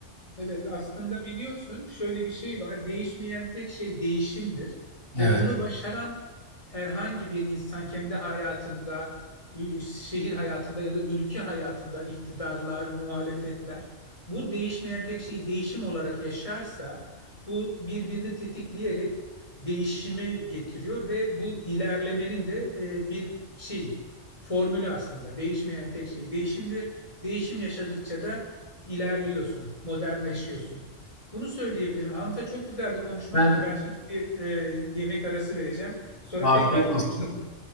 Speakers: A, on the left; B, on the left.
A: Evet aslında biliyorsun şöyle bir şey var. Değişmeyen tek şey değişimdir.
B: Evet.
A: Ve bunu başaran herhangi bir insan kendi hayatında, ü- şehir hayatında ya da ülke hayatında iktidarlar, muhalefetler bu değişmeyen tek şeyi değişim olarak yaşarsa bu birbirini tetikleyerek değişimi getiriyor ve bu ilerlemenin de e, bir şeyi, formülü aslında. Değişmeyen tek şey değişimdir. Değişim yaşadıkça da ilerliyorsun, modernleşiyorsun. Bunu söyleyebilirim. Hamza çok güzeldi konuşmak
B: Ben
A: da ben şimdi bir e, yemek arası vereceğim. Sonra
B: afiyet
A: tekrar
B: olsun.
A: konuşalım.